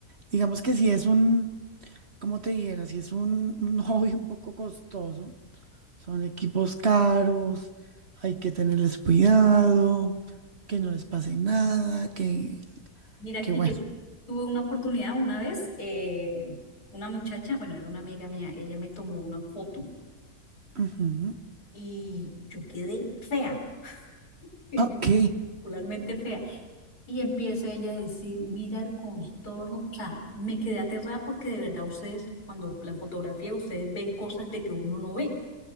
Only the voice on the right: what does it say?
Digamos que si es un, como te dijera, si es un, un <laughs> hobby un poco costoso, son equipos caros, hay que tenerles cuidado, que no les pase nada, que,
que
bueno.
Ujú.
Ok.